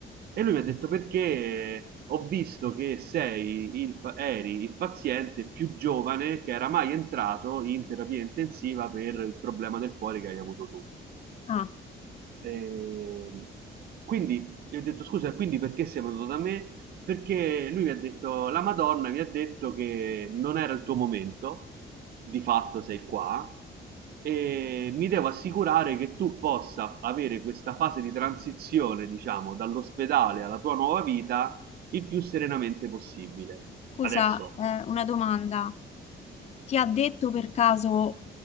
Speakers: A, on the right; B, on the left.
A: E lui mi ha detto, perché ho visto che sei il, pa- eri il paziente più giovane che era mai entrato in terapia intensiva per il problema del cuore che hai avuto tu.
B: Ah,
A: E quindi gli ho detto scusa, quindi perché sei venuto da me? Perché lui mi ha detto, la Madonna mi ha detto che non era il tuo momento, di fatto sei qua, e mi devo assicurare che tu possa avere questa fase di transizione, diciamo, dall'ospedale alla tua nuova vita il più serenamente possibile.
B: scusa,
A: Adesso,
B: eh, una domanda. Ti ha detto per caso